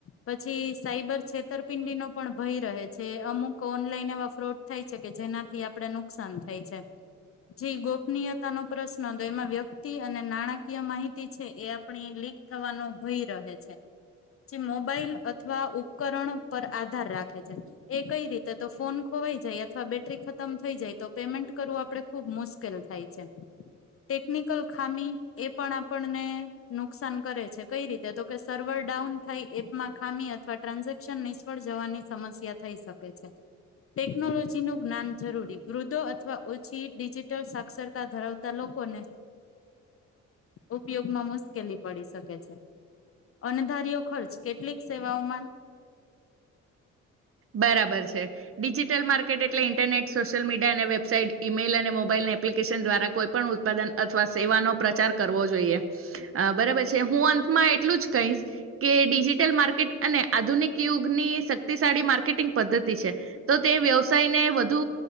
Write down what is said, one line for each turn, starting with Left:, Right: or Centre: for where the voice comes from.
Left: પછી સાયબર છેતરપિંડીનો પણ ભય રહે છે અમુક ઓનલાઈન એવા ફ્રોડ થાય કે જેનાથી આપણે નુકસાન થાય છે જે ગોપનીયતા નો પ્રશ્ન તો એમાં વ્યક્તિ અને નાણાકીય માહિતી છે એ આપણી લીક થવાનો ભય રહે છે જે મોબાઈલ અથવા ઉપકરણ પર આધાર રાખે છે એ કઈ રીતે તો ફોન ખોવાઈ જાય અથવા બેટરી ખતમ થઈ જાય તો પેમેન્ટ કરવું આપણે ખૂબ મુશ્કેલ થાય છે ટેકનિકલ ખામી એ પણ આપણને નુકસાન કરે છે કઈ રીતે તો કે સર્વર ડાઉન થાય એપમાં ખામી અથવા ટ્રાન્ઝેક્શન નિષ્ફળ જવાની સમસ્યા થઈ શકે છે. ટેકનોલોજીનું જ્ઞાન જરૂરી વૃદ્ધો અથવા ઓછી ડિજિટલ સાક્ષરતા ધરાવ તા લોકોને ઉપયોગમાં મુશ્કેલી પડી શકે છે અને ધાર્યો ખર્ચ કેટલીક સેવાઓમાં
Right: બરાબર છે ડિજિટલ માર્કેટ એટલે ઇન્ટરનેટ, સોશિયલ મીડિયા અને વેબસાઇટ, ઇમેઇલ અને મોબાઈલ એપ્લિકેશન દ્વારા કોઈ પણ ઉત્પાદન અથવા સેવાનો પ્રચાર કર કરવો જોઈએ અ બરાબર છે હું અંતમાં એટલું જ કહીશ કે ડિજિટલ માર્કેટ અને આધુનિક યુગની શક્તિશાળી માર્ક ટિગ પદ્ધતિ છે તો તે વ્યવસાયને વધુ